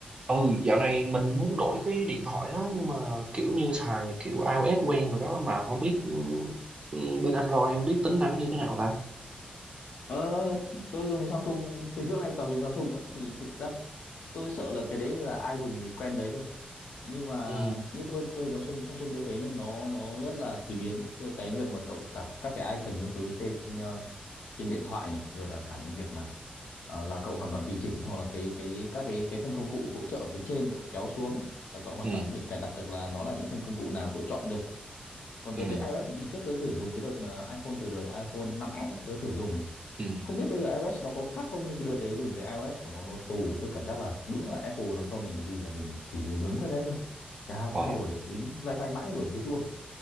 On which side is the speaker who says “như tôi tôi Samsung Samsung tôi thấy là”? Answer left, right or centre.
Left